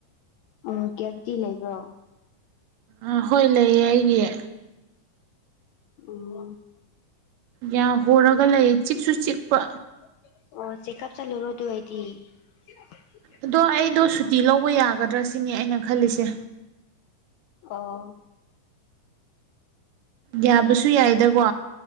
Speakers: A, on the left (about 80°); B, on the right (about 85°).
A: ꯑꯣ ꯀꯌꯥꯇꯤ ꯂꯩꯕ꯭ꯔꯣ
B: ꯑꯥ ꯍꯣꯏ ꯂꯩꯌꯦ ꯑꯩꯒꯤ
A: ꯎꯝ
B: ꯌꯥ ꯍꯣꯔꯒ ꯂꯩꯌꯦ ꯆꯤꯛꯁꯨ ꯆꯤꯛꯄ
A: ꯑꯣ ꯆꯦꯛꯀꯑꯞ ꯆꯠꯂꯨꯔꯣ ꯑꯗꯨ ꯍꯥꯏꯗꯤ ꯀꯨꯏꯅꯥ ꯂꯩꯔꯅꯨ ꯁꯠ ꯁꯥꯠ ꯂꯛꯑꯣ
B: ꯑꯗꯣ ꯑꯩꯗꯣ ꯁꯨꯇꯤ ꯂꯧꯕ ꯌꯥꯒꯗ꯭ꯔꯥ ꯁꯤꯅꯦ ꯑꯩꯅ ꯈꯜꯂꯤꯁꯦ
A: ꯑꯣ
B: ꯌꯥꯕꯁꯨ ꯌꯥꯏꯗꯀꯣ